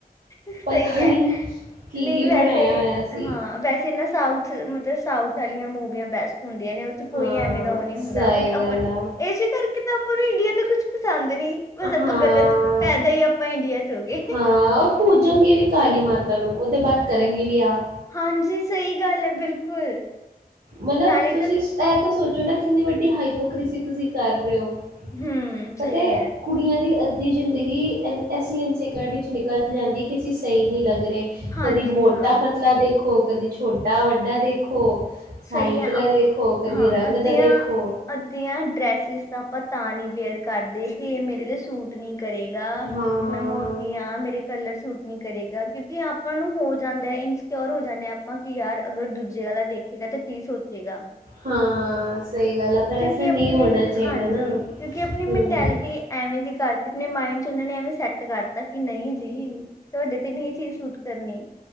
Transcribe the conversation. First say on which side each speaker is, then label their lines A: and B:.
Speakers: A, on the left (about 20°); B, on the right (about 60°).
A: ਸਹੀ
B: ਪਤਾ
A: ਹੈ
B: ਨੀ ਕੀ
A: ਨਹੀਂ ਵੈਸੇ
B: ਬਣਾਇਆ ਹੋਇਆ ਸੀ
A: ਹਾਂ ਵੈਸੇ ਨਾ ਸਾਊਥ ਮਤਲਬ ਸਾਊਥ ਵਾਲੀਆਂ ਮੂਵੀਆਂ ਬੈਸਟ ਹੁੰਦੀਆਂ ਨੇ ਉਹ ਚ ਕੋਈ
B: ਹਾਂ
A: ਐਵੇਂ ਦਾ ਉਹ ਨੀ ਹੁੰਦਾ
B: ਸਹੀ
A: ਬਟ
B: ਗੱਲ
A: ਆਪ ਇਸੇ
B: ਆ
A: ਕਰਕੇ ਤਾਂ ਆਪਾਂ ਨੂੰ ਇੰਡੀਆ ਤ ਕੁਛ ਪਸੰਦ ਨ ਬਸ ਆਪਾਂ
B: ਹਾਂ
A: ਗਲਤ ਪੈਦਾ ਹੀ ਆਪਾਂ ਇੰਡੀਆ ਚ ਹੋ ਗਏ
B: ਹਾਂ ਉਹ ਪੂਜਣਗੇ ਵੀ ਕਾਲੀ ਮਾਤਾ ਨੂੰ ਉਹਦੇ ਬਾਅਦ ਕਰਗੀ ਵੀ ਆਹ
A: ਹਾਂਜੀ। ਸਹੀ ਗੱਲ ਹੈ। ਬਿਲਕੁਲ
B: ਮਤਲਬ
A: ਨਾਲੇ
B: ਤੁਸੀਂ
A: ਤਾਂ
B: ਇਹ ਤਾਂ ਸੋਚ ਚ ਨਾ ਕਿੰਨੀ ਵੱਡੀ ਹਾਈਪੋਕ੍ਰੀਸੀ ਤੁਸੀਂ ਕਰ ਰਹੇ ਹੋ
A: ਹਮ
B: ਪੱਤਾ।
A: ਸਹੀ ਹੈ
B: ਕੁੜੀਆਂ ਦੀ ਅ ਦੀ ਜ਼ਿੰਦਗੀ ਐਸੀ ਇਨਸਿਕਿਓਰਿਟੀ ਨਿਕਲ ਜਾਂਦੀ ਕਿੇ ਸਹੀ ਨਹੀਂ ਲੱਗ ਰਹੇ
A: ਹਾਂਜੀ
B: ਕਦੀ ਮੋਟਾ
A: ਹਾਂ
B: ਪਤਲਾ ਦੇਖੋ ਕਦੀ ਛੋਟਾ ਵੱਡਾ ਦੇਖੋ ਸਾਈਟ
A: ਸਹੀ ਹੈ
B: ਦਾ ਦੇਖੋ ਕਦੀ
A: ਹਾਂ
B: ਰੰਗ
A: ਅੱਧੀਆਂ
B: ਦਾ ਦੇਖੋ
A: ਅੱਧੀਆਂ ਡ੍ਰੈਸਿਸ ਦਾ ਆਪ ਤਾਂ ਨਹੀਂ ਵੇਅਰ ਕਰਦੇ ਤੇ ਮੇਰੇ ਤੇ ਸੂਟ ਨੀ ਕਰੇਗਾ
B: ਹਾਂ
A: ਮੈਂ ਮੋਟ ਆ ਮੇਰੇ ਕਲਰ ਸੂਟ ਨਹੀਂ ਕਰੇਗਾ। ਕਿਉਂਕਿ ਆਪਾਂ ਨੂੰ ਹੋਰ ਜਾਂਦਾ ਇਨਸਕਿਓਰ ਹੋ ਜਾਂਦੇ ਆ ਆਪਾਂ ਆਪਾਂ ਕਿ ਯਾਰ ਅਗਰ ਦੂਜੇ ਵਾਲਾ ਦੇਖ ਜੱਦਕੀ ਸੋਚੇਗਾ।
B: ਹਾਂ ਸਹੀ ਗੱਲ ਆ ਪਰ
A: ਕਿਉਂਕਿ
B: ਐਸਾ ਨਹੀਂ
A: ਆਪਣੀ
B: ਹੋਣਾ ਚਾਹੀਦਾ
A: ਹਾਂਜੀ
B: ਨਾ
A: ਕਿਉਂਕਿ ਆਪਣੀ ਮਿੰਤਾਲਟੀ
B: ਹਮ
A: ਐਵੇਂ ਦੀ ਕਰਤੀ ਆਪਣੇ ਮਾਇਡ ਚ ਉਹਨਾ ਨੇ ਐਵੇਂ ਸੈਟ ਕਰਤਾ ਕਿ ਨਹੀਂ ਜੀ ਤੁਹਾਡੇ ਤੇ ਨੀ ਇਹ ਚੀਜ਼ ਸੂਟ ਕਰਨੀ